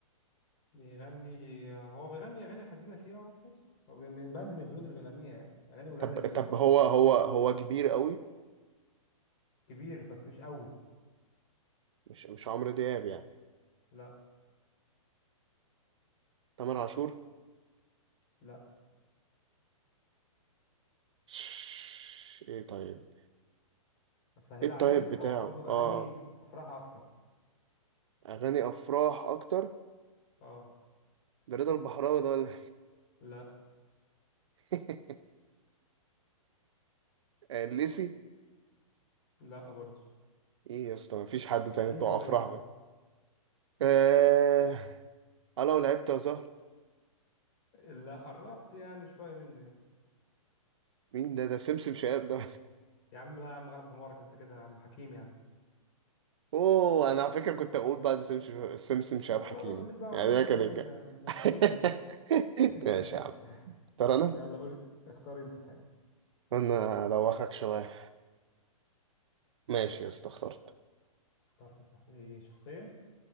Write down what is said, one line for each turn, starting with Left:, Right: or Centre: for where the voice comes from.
Left: بيغني آه، هو بيغني أغاني حزينة فيها أهو ماشي هو بي- من باند من البنود اللي بيغنيها يعني أغاني قليلة
Right: طب
Left: ليه
Right: طب
Left: أوي كده
Right: هو هو هو كبير قوي
Left: كبير بس مش أوي
Right: مش مش عمرو دياب يعني
Left: لا
Right: تامر عاشور
Left: لا
Right: شش، ايه طيب
Left: أسهل
Right: ايه الطيب
Left: عليك
Right: بتاعه
Left: هو برضو
Right: اه
Left: أغاني أفراحها أكتر
Right: اغاني افراح اكتر
Left: أه
Right: ده رضا البحراوي ده ولا
Left: لا
Right: <laughs> إيه؟ الليسي
Left: لا برضو
Right: ايه يا اسطى مفيش حد تاني
Left: قديم
Right: بتوع
Left: شوية
Right: افراح آه... انا لو لعبت يا زهر
Left: لا قربت يعني شوية منه يعني
Right: مين ده ده سمسم شهاب ده
Left: يا عم لا يا عم غلب حمارك انت كده يا عم حكيم يا عم
Right: <laughs> اوه انا على فكره كنت اقول بعد سمسم سمسم شهاب
Left: لا
Right: حكيم
Left: بقى ما تقوليش بقى هقول
Right: يعني ده
Left: والكلام
Right: كان الجا
Left: اللي مش هشتريه ده
Right: <laughs>
Left: <laughs>
Right: ماشي يا عم ترى انا
Left: يلا قول اختار انت حاجة
Right: انا ادوخك شويه ماشي يا اسطى اخترت
Left: اخترت يا صاحبي ايه شخصية